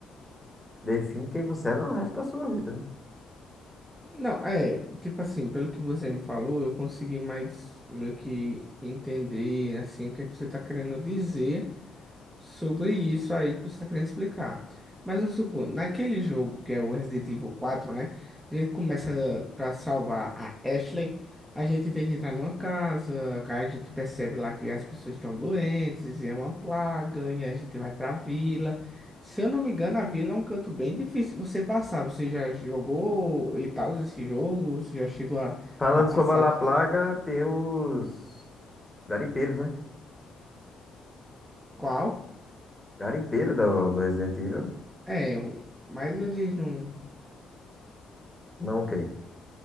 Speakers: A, in the centre; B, on the right.
A: Define quem você é no resto da sua vida, né?
B: Não, é, tipo assim, pelo que você me falou, eu consegui mais meio que entender, assim, o que é que você tá querendo dizer. Sobre isso aí que você está querendo explicar. Mas vamos supor, naquele jogo que é o Resident Evil quatro, né? A gente começa pra salvar a Ashley. A gente tem que entrar numa casa, a gente percebe lá que as pessoas estão doentes e é uma plaga, e a gente vai pra vila. Se eu não me engano, a vila é um canto bem difícil de você passar. Você já jogou e tal esse jogo? Você já chegou a,
A: Falando
B: a passar
A: sobre a La Plaga, tem os garimpeiros, né?
B: qual?
A: Garimpeiro do, do Resident Evil.
B: É, o- mas eles não.
A: Não o quê?